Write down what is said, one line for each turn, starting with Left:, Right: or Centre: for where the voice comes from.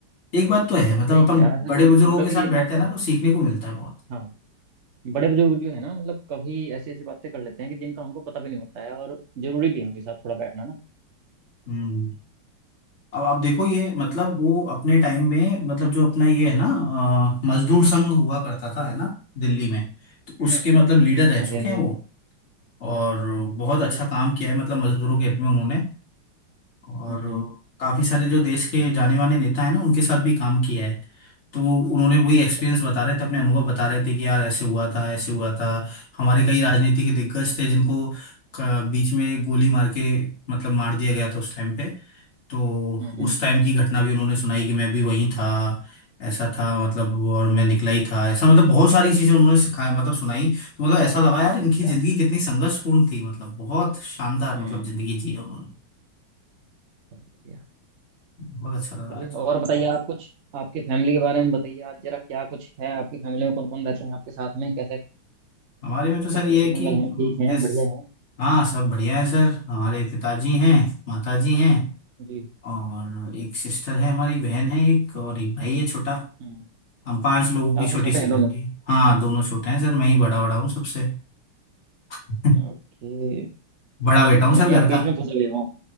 Left: एक बात तो है मतलब
Right: सही
Left: अपन
Right: किया सर
Left: बड़े बुजुर्गों
Right: बड़े
Left: के
Right: की
Left: साथ
Right: ये
Left: बैठते
Right: बात तो
Left: हैं
Right: है
Left: ना तो सीखने को मिलता है बहुत
Right: हाँ बड़े बुजुर्ग जो है ना मतलब कभी ऐसी ऐसी बातें कर लेते हैं कि जिनका हमको पता भी नहीं होता है और जरूरी भी है उनके साथ थोड़ा बैठना ना
Left: हम्म अब आप देखो ये मतलब वो अपने टाइम में मतलब जो अपना ये है ना अ, मजदूर संघ हुआ करता था है ना दिल्ली में तो उसके
Right: हम्म हम्म।
Left: मतलब लीडर रह
Right: हाँ
Left: चुके
Right: जी हाँ जी
Left: हैं वो और
Right: बहुत
Left: बहुत
Right: बढ़िया
Left: अच्छा काम किया है मतलब मजदूरों के हित में उन्होंने और
Right: हम्म हम्म
Left: काफी सारे जो देश के जाने माने नेता हैं ना उनके साथ भी काम किया है तो उन्होंने वही
Right: अच्छा
Left: एक्सपीरियंस
Right: अच्छा
Left: बता रहे थे अपने अनुभव बता रहे थे कि यार ऐसे हुआ था ऐसे
Right: हम्म
Left: हुआ था हमारे कई राजनीति के दिग्गज थे जिनको अ, बीच में गोली मार के मतलब मार दिया गया था उस टाइम पे तो
Right: हम्म, हम्म,
Left: उस टाइम की घटना भी उन्होंने सुनाई कि मैं भी वहीं था ऐसा था मतलब और मैं निकला ही था ऐसा मतलब बहुत सारी चीजें उन्होंने सिखाया मतलब सुनाई तो मतलब ऐसा लगा यार इनकी
Right: अच्छा
Left: जिंदगी कितनी संघर्षपूर्ण थी मतलब बहुत शानदार
Right: हम्म।
Left: मतलब जिंदगी जी है उन्होंने
Right: बहुत बढ़िया
Left: बहुत अच्छा लगा
Right: चलिए
Left: आज
Right: और बताइए आप कुछ आपकी फैमिली के बारे में बताइए आज जरा क्या कुछ है आपकी फैमिली में कौन कौन रहते हैं आपके साथ में कैसे
Left: हमारे में तो सर
Right: सब
Left: ये
Right: कुशल
Left: है
Right: मंगल
Left: कि
Right: हैं ठीक हैं
Left: बस
Right: बढ़िया है
Left: हाँ सब बढ़िया है सर हमारे पिताजी हैं माताजी हैं
Right: जी
Left: और एक सिस्टर है हमारी बहन है एक और एक भाई है छोटा
Right: हम्म
Left: हम पांच लोगों की
Right: आपसे
Left: छोटी
Right: छोटे
Left: सी
Right: हैं
Left: फैमिली
Right: दोनों
Left: हाँ दोनों छोटे हैं सर मैं ही बड़ा बड़ा हूँ सबसे <laughs>
Right: ओके
Left: बड़ा बेटा हूँ सर
Right: यानी
Left: घर
Right: आप
Left: का
Right: बीच में फंसे हुए हो